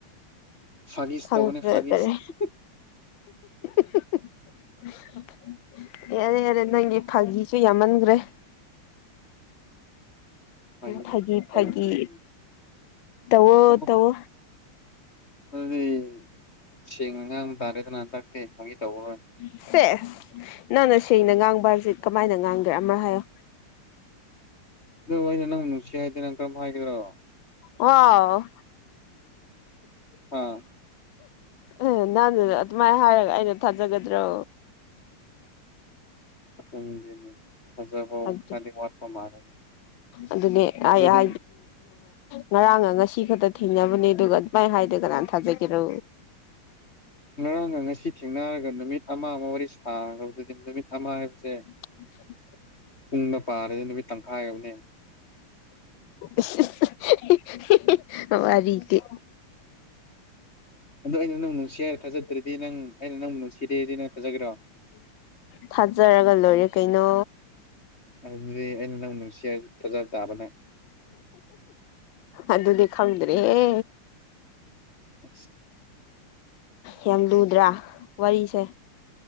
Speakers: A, on the left; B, on the left.
A: ꯐꯥꯒꯤꯁ
B: ꯈꯪꯕ꯭ꯔꯗꯔꯦ
A: ꯇꯧꯕꯅꯦ ꯐꯥꯒꯤꯁ
B: <unintelligible> ꯌꯥꯔꯦ ꯌꯥꯔꯦ ꯅꯪꯒꯤ ꯐꯥꯒꯤꯁꯨ ꯌꯥꯝꯃꯟꯒꯔꯦ
A: ꯐꯥꯒꯤꯁꯦ
B: ꯐꯒꯤ ꯐꯒꯤ
A: ꯇꯧꯗ꯭ꯔꯗꯤ
B: ꯇꯋꯣ
A: ꯑꯣ
B: ꯇꯋꯣ
A: ꯑꯗꯨꯗꯤ ꯁꯦꯡꯅ ꯉꯥꯡꯕ ꯇꯥꯔꯦꯗꯅ ꯍꯟꯇꯛꯇꯦ ꯐꯥꯒꯤ ꯇꯧꯔꯔꯣꯏ
B: ꯁꯦꯁ ꯅꯪꯅ ꯁꯦꯡꯅ ꯉꯥꯡꯕ ꯍꯥꯏꯕꯁꯦ ꯀꯃꯥꯏꯅ ꯉꯥꯡꯒꯦꯔꯥ ꯑꯃꯔꯛ ꯍꯥꯏꯌꯣ
A: ꯑꯗꯨꯕꯨ ꯑꯩꯅ ꯅꯪ ꯅꯨꯡꯁꯤ ꯍꯥꯏꯗꯦ ꯅꯪ ꯀꯔꯝ ꯍꯥꯏꯒꯗ꯭ꯔꯣ
B: ꯋꯥꯎ
A: ꯑꯥ
B: ꯎ ꯅꯪ ꯑꯗꯨꯃꯥꯏꯅ ꯍꯥꯏꯔꯒ ꯑꯩꯅ ꯊꯥꯖꯒꯗ꯭ꯔꯣ
A: ꯈꯪꯗꯦꯅꯦ ꯐꯖꯕ
B: ꯑꯗꯨ
A: ꯈꯥꯗꯤ ꯋꯥꯠꯄ ꯃꯥꯜꯂꯦꯅꯦ
B: ꯑꯗꯨꯅꯦ <unintelligible> ꯑꯦ
A: ꯑꯗꯨꯗꯤ
B: ꯑ ꯉꯔꯥꯡꯒ ꯉꯁꯤ ꯈꯛꯇ ꯊꯦꯡꯅꯕꯅꯦ ꯑꯗꯨꯒ ꯑꯗꯨꯃꯥꯏꯅ ꯍꯥꯏꯗ ꯀꯅꯥꯅ ꯊꯥꯖꯒꯦꯔꯣ
A: ꯉꯔꯥꯡꯒ ꯉꯁꯤ ꯊꯦꯡꯅꯔꯒ ꯅꯨꯃꯤꯠ ꯑꯃꯃꯨꯛ ꯋꯥꯔꯤ ꯁꯥꯈ꯭ꯔꯕꯗꯨꯗꯤ ꯅꯨꯃꯤꯠ ꯑꯃ ꯍꯥꯏꯕꯁꯦ
B: <unintelligible>
A: ꯄꯨꯡꯗ ꯄꯥꯔꯗꯤ ꯅꯨꯃꯤꯠ ꯇꯪꯈꯥꯏ ꯌꯧꯅꯦ
B: ꯏꯁ ꯏꯁ ꯋꯥꯔꯤꯗꯤ
A: ꯑꯗꯣ ꯑꯩꯅ ꯅꯪꯕꯨ ꯅꯨꯡꯁꯤ ꯍꯥꯏꯔ ꯊꯥꯖꯗ꯭ꯔꯗꯤ ꯅꯪ ꯑꯩꯅ ꯅꯪꯕꯨ ꯅꯨꯡꯁꯤꯗꯦꯗꯤ ꯅꯪ ꯊꯥꯖꯒꯦꯔꯣ
B: ꯊꯥꯖꯔꯒ ꯂꯣꯏꯔꯦ ꯀꯩꯅꯣ
A: ꯑꯗꯨꯗꯤ ꯑꯩꯅ ꯅꯪꯕꯨ ꯅꯨꯡꯁꯤ ꯍꯥꯏꯕꯁꯨ ꯊꯥꯖꯕ ꯇꯥꯕ ꯅꯪ
B: ꯑꯗꯨꯗꯤ ꯈꯪꯗ꯭ꯔꯦꯍꯦ
A: ꯑꯁ
B: ꯌꯥꯝ ꯂꯨꯗ꯭ꯔꯥ ꯋꯥꯔꯤꯁꯦ